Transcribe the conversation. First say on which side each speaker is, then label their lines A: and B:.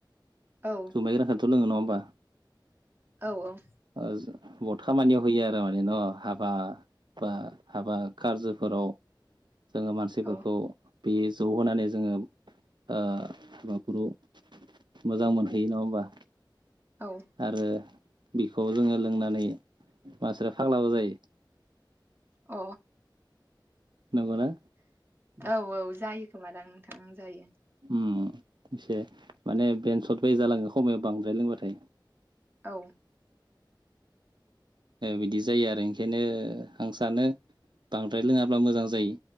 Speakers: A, on the right; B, on the right.
A: औ
B: जुमाय <unintelligible> थ' लोङो नङा होमबा?
A: औ औ।
B: ओ बहुद खामानियाव होयो आरो माने न हाबा बा हाबा कारजोफोराव। जोङो मानसिफोरखौ
A: औ
B: बे जौहोनानै जोङो ओ हाबाफोरखौ मोजां मोनहैयो नङा होमबा?
A: औ
B: आरो बिखौ जोङो लोंनानै मानसिफोरा फाग्लाबो जायो।
A: अ।
B: नंगौ ना?
A: औ औ जायो खोमादां नोंथां जायो।
B: ओम एसे माने बेन्सट बाय जालाङो समायाव बांद्राय लोंबाथाय।
A: औ
B: बिदि जायो आरो ओंखायनो आं सानो बांद्राय लोङाब्ला मोजां जायो।